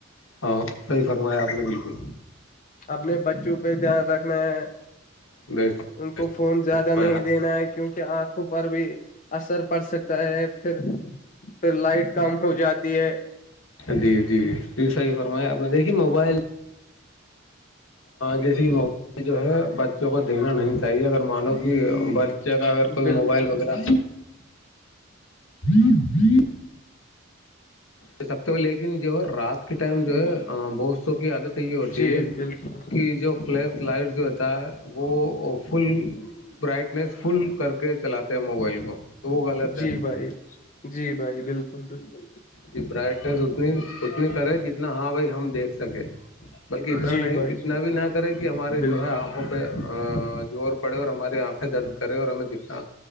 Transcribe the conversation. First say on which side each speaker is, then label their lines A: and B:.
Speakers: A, on the left; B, on the left.
A: ہاں صحیح فرمایا آپ نے بالکل
B: اپنے بچوں پہ دھیان رکھنا ہے
A: <unintelligible>
B: ان کو فون زیادہ
A: فرمایا
B: نہیں دینا ہے کیونکہ آنکھوں پر بھی اثر پڑ سکتا ہے پھر پھر لائٹ کم ہو جاتی ہے
A: جی جی جی صحیح فرمایا آپ نے دیکھی موبائل جیسے موبائل جو ہے بچوں کو دیکھنا نہیں چاہیے اگر مانو کہ جگہ اگر کوئی
B: بالکل
A: موبائل وغیرہ <unintelligible> د سکتے ہو لیکن جو ہے رات کے ٹائم جو ہے بستوں کی عادت یہ ہوتی
B: جی
A: ہے
B: بالکل
A: کہ جو فلیش لائٹ جو ہوتا ہے وہ فل برائٹنیس فل کر کے چلاتے ہیں موبائل کو تو وہ غلط
B: جی
A: ہے
B: بھائی جان جی بھائی بالکل بالکل
A: ج برائٹنیس اتنی اتنی کرے جتنا ہاں بھائی ہم دیکھ سکے بلکہ اتنا
B: جی
A: نہیں
B: بھائی
A: اتنا بھی نہ کرے کہ ہمارے
B: بالکل
A: جو ہے آنکھوں زور پڑے اور ہماری آنکھیں درد کرے اور ہمیں دکھنا